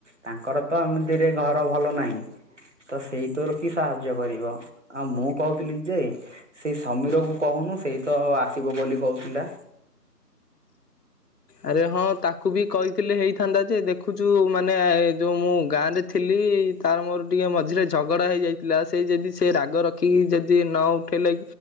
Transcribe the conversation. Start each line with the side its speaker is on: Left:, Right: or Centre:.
Right: ତାଙ୍କର ତ ଏମିତିରେ ଘର ଭଲ ନାହିଁ। ତ ସେଇ ତୋର କି ସାହାଯ୍ୟ କରିବ ଆଉ ମୁଁ କହୁଥିଲି ଯେ ସେଇ ସମୀର କୁ କହୁନୁ ସେଇ ତ ଆସିବ ବୋଲି କହୁଥିଲା।
Left: ଆରେ ହଁ ତାକୁ ବି କହିଥିଲେ ହେଇଥାନ୍ତା ଯେ ଦେଖୁଛୁ ମାନେ ଯୋଉ ମୁଁ ଗାଁ ରେ ଥିଲି। ତାର ମୋର ଟିକେ ମଝିରେ ଝଗଡା ହେଇଯାଇଥିଲା ସେଇ ଯଦି ସେ ରାଗ ରଖିକି ଯଦି ଦି ନ ଉଠେଇଲେ